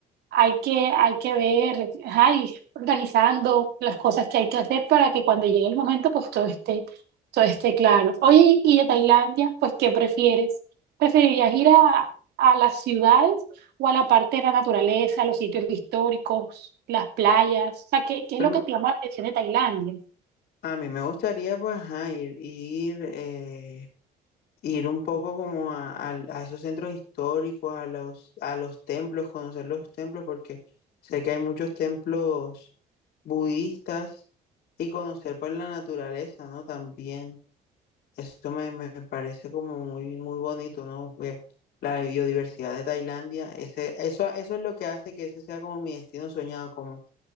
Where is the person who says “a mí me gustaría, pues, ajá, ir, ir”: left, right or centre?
Left